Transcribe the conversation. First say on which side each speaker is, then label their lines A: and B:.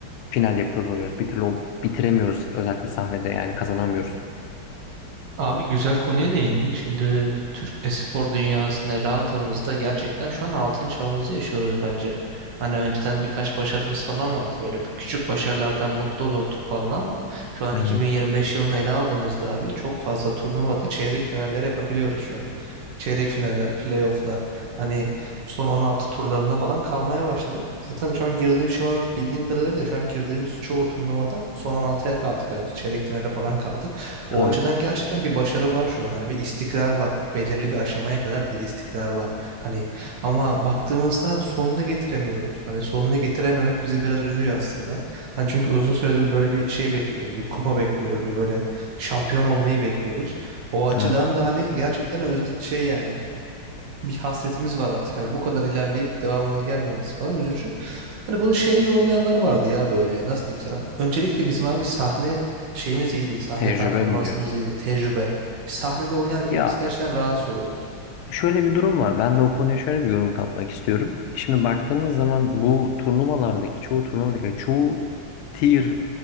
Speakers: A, on the left; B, on the right.
A: final yapamıyoruz? Bir türlü o- bitiremiyoruz özellikle sahnede yani kazanamıyoruz.
B: Abi güzel konuya değindin. Şimdi Türk espor dünyasını ele aldığımızda gerçekten şu an altın çağımızı yaşıyoruz bence. Hani önceden birkaç başarımız falan vardı. Böyle bir küçük başarılardan mutlu olurduk falan ama şu an
A: Evet.
B: 2025 yılını ele aldığımızda abi çok fazla turnuvada çeyrek finaller yapabiliyoruz şu an. Çeyrek finaller, playofflar hani son 16 turlarına falan kalmaya başladık. Zaten şu an girdiğim şu an bildiğim kadarıyla şu an girdiğimiz çoğu turnuvada son on altıya kaldık. Hani çeyrek finale falan kaldık. O
A: Tabii.
B: açıdan gerçekten bir başarı var şu an. Hani bir istikrar var. Belirli bir aşamaya kadar bir istikrar var. Hani ama baktığımızda sonunu getiremiyoruz. Hani sonunu getirememek bizi biraz üzüyor aslında. Hani çünkü uzun süredir böyle bir şey bekliyoruz. Bir kupa bekliyoruz. Bir böyle şampiyon olmayı bekliyoruz. O açıdan
A: Evet.
B: da hani gerçekten öz şey yani bir hasretimiz var artık. Hani bu kadar ilerleyip devamının gelmemesi falan üzücü. Hani bunu şeye yorumlayanlar vardı ya böyle nasıl diyeyim sana. Öncelikle bizim abi sahne şeyimiz iyiydi. Sahne
A: Tecrübe
B: performansımız
A: mi diyorsun?
B: iyiydi. Tecrübe. Sahnede oynarken
A: Ya
B: biz gerçekten rahatsız oluyoruz.
A: şöyle bir durum var. Ben de o konuya şöyle bir yorum katmak istiyorum. Şimdi baktığımız zaman bu turnuvalardaki çoğu turnuvadaki hani çoğu tier